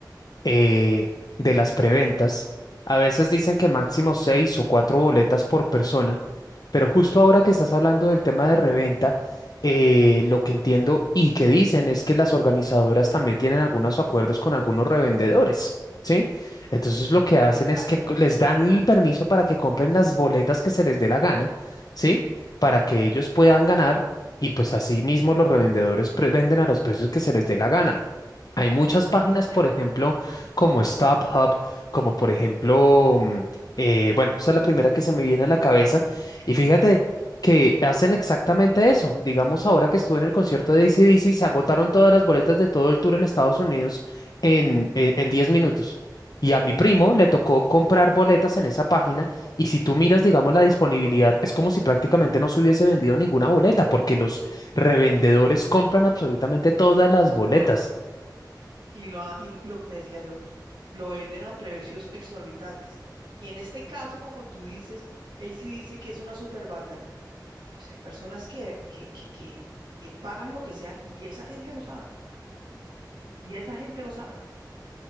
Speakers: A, on the left; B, on the right.
A: eh, de las preventas. A veces dicen que máximo seis o cuatro boletas por persona, pero justo ahora que estás hablando del tema de reventa, eh, lo que entiendo y que dicen es que las organizadoras también tienen algunos acuerdos con algunos revendedores, ¿sí? Entonces lo que hacen
B: Sí, claro,
A: es que co- les dan el permiso para que compren las boletas que se les dé la gana, ¿sí? Para que ellos puedan ganar y pues así mismo los revendedores pre- venden a los precios que se les dé la gana. Hay muchas
B: exactamente,
A: páginas, por ejemplo, como Stop Hub, como por ejemplo, mm, eh, bueno, esa es la primera que se me viene a la cabeza. Y fíjate que hacen exactamente eso. Digamos, ahora que estuve en el concierto de AC/DC, se agotaron todas las boletas de todo el tour en Estados Unidos en, en, en 10 minutos. Y a mi primo le tocó comprar boletas en esa página. Y si tú miras, digamos, la disponibilidad, es como si prácticamente no se hubiese vendido ninguna boleta, porque los revendedores compran absolutamente todas las boletas.
B: todo. Y lo, y lo que te decía yo, lo venden a precios exorbitantes. Y en este caso, como tú dices, AC dice que es una super banda. Pues hay personas que, que, que, que, que pagan lo que sea y esa gente lo sabe. Y esa gente lo sabe.